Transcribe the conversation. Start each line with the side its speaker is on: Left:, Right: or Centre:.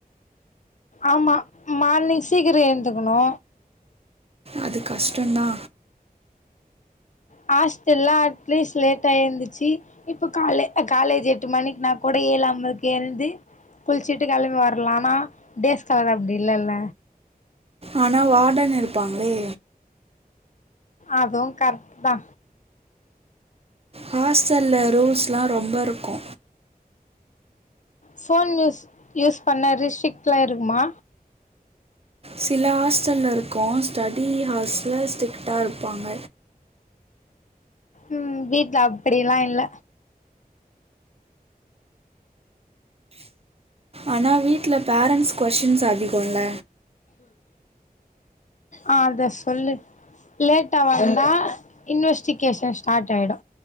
Left: ஆமா மார்னிங் சீக்கிரோ ஏந்துக்குணு
Right: அது கஷ்டந்தா.
Left: ஹாஸ்டல்ல அட்லீஸ்ட் லேட்டா ஏந்துச்சு இப்ப காலே காலேஜ் எட்டு மணிக்கு நா கூட ஏழு அம்பதுக்கு எழுந்து குளிச்சுட்டு கெளம்பி வரலானா டேஸ்காலர் அப்டி இல்லல்ல
Right: ஆனா வாடன் இருப்பாங்களே
Left: அதுவு கரெக்ட் தா
Right: ஹாஸ்டல்ல ரூல்ஸ்லா ரொம்பருக்கூ
Left: ஃபோன் யூஸ் யூஸ் பண்ண ரிஸ்ரிக்ட்லா இருக்குமா
Right: சில ஹாஸ்டல்ல இருக்கூ ஸ்டடி ஹார்ஸ்ல ஸ்டிக்ட்டா இருப்பாங்க
Left: உம் வீட்ல அப்டியெல்லா இல்ல
Right: ஆனா வீட்ல பேரண்ட்ஸ் கொசின்ஸ் அதிகொ இல்ல
Left: ஆஹ் அத சொல்லு லேட்டா வந்தா இன்வெஸ்டிகேஷன் ஸ்டாட் ஆய்டு